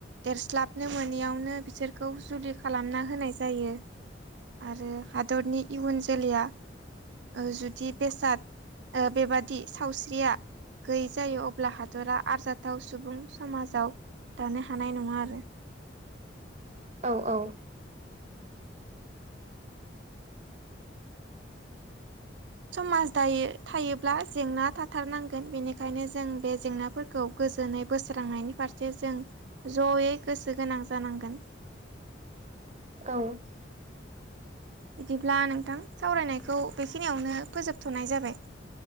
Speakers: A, on the right; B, on the right.
A: देरस्लाबनो मोनैयावनो बिसोरखौ जुलि खालामना होनाय जायो आरो हादरनि इयुन जोलैया ओ जुदि बेसाद ओ बेबादि सावस्रिया गैयै जायो अब्ला हादरा आरजाथाव सुबुं समाजाव दानो हानाय नङा आरो।
B: औ औ
A: समाज दायो थायोब्ला जेंना थाथारनांगोन बेनिखायनो जों बे जेंनाफोरखौ गोजोनै बोस्रांनायनि फारसे जों जयै गोसो गोनां जानांगोन।
B: औ
A: बिदिब्ला नोंथां सावरायनायखौ बे खिनियावनो फोजोबथ'नाय जाबाय।